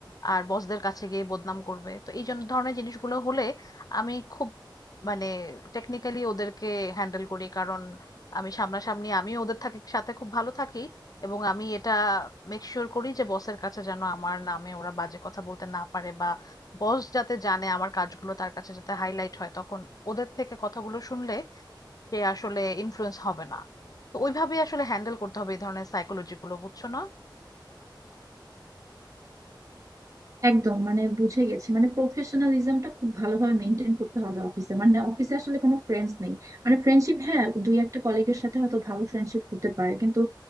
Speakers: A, on the left (about 50°); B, on the right (about 40°).
A: আর বসদের কাছে গিয়ে বদনাম করবে তো এই জন- ধরনের জিনিসগুলো হলে আমি খুব মানে টেকনিক্যালি ওদেরকে হ্যান্ডেল করি কারণ আমি সামনাসামনি আমি ওদের থাকে সাথে খুব ভালো থাকি এবং আমি এটা মেক শিওর করি যে বসের কাছে যেন আমার নামে ওরা বাজে কথা বলতে না পারে বা বস যাতে জানে আমার কাজগুলো তার কাছে যাতে হাইলাইট হয় তখন ওদের থেকে কথাগুলো শুনলে সে আসলে ইনফ্লুয়েন্স হবে না তো ওইভাবেই আসলে হ্যান্ডেল করতে হবে এই ধরনের সাইকোলজি গুলো বুঝছো না
B: একদম মানে বুঝে গেছি মানে প্রফেশনালিজমটা খুব ভালোভাবে মেনটেন করতে হবে অফিসে মানে অফিসে আসলে কোনো ফ্রেন্ডস নেই মানে ফ্রেন্ডশিপ হ্যাঁ দুই একটা কলিগের সাথে হয়তো ভালো ফ্রেন্ডশিপ করতে পারে কিন্তু